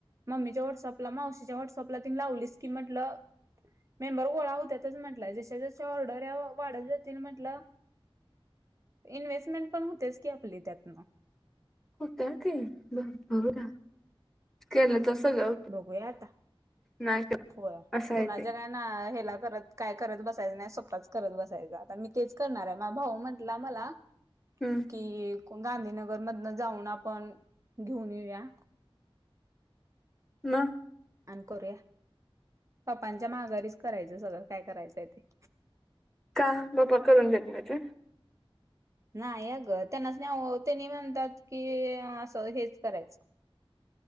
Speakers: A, on the right; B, in the centre.
A: मम्मीच्या व्हॉट्सअपला, मावशीच्या व्हॉट्सअपला, तिने लावलीस की, म्हटलं मेंबर गोळा होत्यातच म्हटलं, जश-जशा ऑर्डर या वाढत जातील, म्हटलं इन्व्हेस्टमेंट पण होतेच की, आपली त्यातनं.
B: होता क, ब बघ केलं त सगळं होतंय
A: बघूया आता,
B: नाही केलं
A: होया,
B: असं
A: कुणाच्या
B: आहे ते
A: काय ना हेला परत, काय करत बसायचं नही, स्वतःच करत बसायचं, आता मी केस करणार ये, मा भाऊ म्हटला मला <unintelligible>
B: हम्म.
A: कि गांधीनगर मधन जाऊन आपण, घेऊन येऊया.
B: म.
A: अन करूया, पाप्पांच्या माघारीच करायचं सगळं, काय करायचंय ते.
B: का, पप्पा करून देत नाहीत ओ?
A: नाही अ ग, त्यांनाच नाही ओ, त्यांनीच म्हणतात की, असं हेच करायचं.